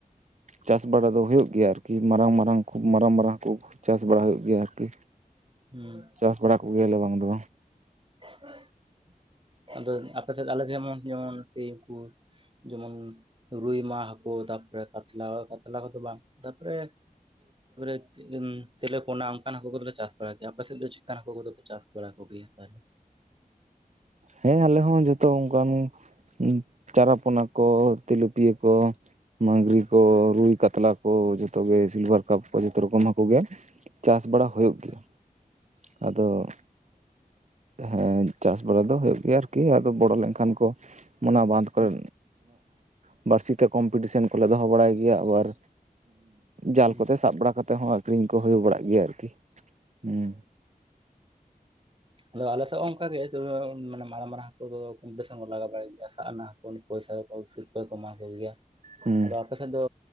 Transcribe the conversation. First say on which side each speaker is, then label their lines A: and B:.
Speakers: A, on the right; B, on the right.
A: ᱪᱟᱥ ᱵᱟᱲᱟ ᱫᱚ ᱦᱩᱭᱩᱜ ᱜᱮᱭᱟ ᱟᱨᱠᱤ ᱢᱟᱨᱟᱝ ᱠᱩ ᱢᱟᱨᱟᱝ ᱦᱟᱹᱠᱩ ᱢᱟᱨᱟᱝ ᱢᱟᱨᱟᱝ ᱦᱟᱹᱠᱩ ᱪᱟᱥ ᱵᱟᱲᱟ ᱦᱩᱭᱩᱜ ᱜᱮᱭᱟ ᱟᱨᱠᱤ
B: ᱦᱩᱸ
A: ᱪᱟᱥ ᱵᱟᱲᱟ ᱠᱚ ᱜᱮᱭᱟᱞᱮ ᱵᱟᱝ ᱫᱚ
B: <unintelligible> ᱟᱫᱚ ᱟᱯᱮ ᱥᱮᱫ ᱟᱞᱮ ᱡᱮᱢᱚᱱ ᱩᱱᱠᱩ ᱡᱮᱢᱚᱱ ᱨᱩᱭᱢᱟ ᱦᱟᱹᱠᱩ ᱛᱟᱨᱯᱚᱨᱮ ᱠᱟᱛᱞᱟ ᱠᱟᱛᱞᱟ ᱠᱚᱫᱚ ᱵᱟᱝ, ᱛᱟᱨᱯᱚᱨᱮ <unintelligible> ᱛᱮᱞᱮ ᱯᱚᱱᱟ ᱚᱱᱠᱟᱱ ᱦᱟᱹᱠᱩ ᱠᱚᱫᱚ ᱞᱮ ᱪᱟᱥ ᱵᱟᱲᱟ ᱜᱮᱭᱟ ᱟᱯᱮ ᱥᱮᱫ ᱫᱚ ᱪᱤᱠᱟᱱ ᱦᱟᱹᱠᱩ ᱠᱚᱫᱚ ᱯᱮ ᱪᱟᱥ ᱵᱟᱲᱟ ᱠᱚᱜ ᱜᱮᱭᱟ ᱛᱟᱦᱚᱞᱮ ᱾
A: ᱦᱮᱸ ᱟᱞᱮ ᱦᱚᱸ ᱡᱚᱛᱚ ᱚᱱᱠᱟᱱ, ᱪᱟᱨᱟᱯᱚᱱᱟ ᱠᱚ, ᱛᱤᱞᱤᱯᱤᱭᱳ ᱠᱚ, ᱢᱜᱽᱨᱤ
B: ᱦᱩᱸ
A: ᱠᱚ ᱨᱩᱭ ᱠᱟᱛᱞᱟ ᱠᱚ ᱡᱚᱛᱚ ᱜᱮ ᱥᱤᱞᱵᱷᱟᱨ ᱠᱟᱯ ᱠᱚ ᱡᱚᱛᱚ ᱨᱚᱠᱚᱢ ᱦᱟᱹᱠᱩ ᱜᱮ ᱾ ᱪᱟᱥ ᱵᱟᱲᱟ ᱦᱩᱭᱩᱜ ᱜᱮᱭᱟ,
B: ᱦᱩᱸ
A: ᱟᱫᱚ ᱦᱮᱸ ᱪᱟᱥ ᱵᱟᱲᱟ, ᱦᱩᱭᱩᱜ ᱜᱮᱭᱟ ᱟᱨᱠᱤ ᱟᱫᱚ ᱵᱚᱲᱚ ᱞᱮᱱᱠᱷᱟᱱ ᱠᱚ ᱚᱱᱟ ᱵᱟᱸᱫᱷ ᱠᱚᱨᱮ,
B: ᱦᱩᱸ
A: ᱵᱟᱹᱲᱥᱤᱛᱮ ᱠᱚᱢᱯᱤᱴᱤᱥᱟᱱ ᱠᱚᱞᱮ ᱫᱚᱦᱚ ᱵᱟᱲᱟᱭ ᱜᱮᱭᱟ ᱾ ᱟᱨ ᱡᱟᱞ
B: ᱦᱩᱸ
A: ᱠᱚᱛᱮ ᱥᱟᱵ ᱵᱟᱲᱟ ᱠᱟᱛᱮ ᱦᱚᱸ ᱾ ᱟᱠᱷᱨᱤᱧ ᱠᱚ ᱦᱩᱭ ᱵᱟᱲᱟᱜ ᱜᱮᱭᱟ ᱟᱨᱠᱤ, ᱦᱩᱸ
B: ᱟᱫᱚ ᱟᱞᱮ ᱥᱮᱫ ᱦᱚᱸ ᱚᱱᱠᱟ ᱜᱮ ᱟᱱᱮ ᱢᱟᱨᱟᱝ ᱢᱟᱨᱟᱝ ᱦᱟᱹᱠᱩ ᱫᱚ ᱠᱚᱢᱯᱤᱴᱤᱥᱚᱱ ᱠᱚ ᱞᱟᱜᱟᱣ ᱵᱟᱲᱟᱭ ᱜᱮᱭᱟ ᱥᱟᱵ ᱟᱱᱟ ᱾ ᱯᱚᱭᱥᱟ ᱫᱚ ᱠᱚ ᱥᱤᱨᱯᱟ ᱚᱢᱟᱣ ᱠᱚ ᱜᱮᱭᱟ ᱾
A: ᱦᱩᱸ
B: ᱟᱫᱚ ᱟᱯᱮ ᱥᱮᱫ ᱫᱚ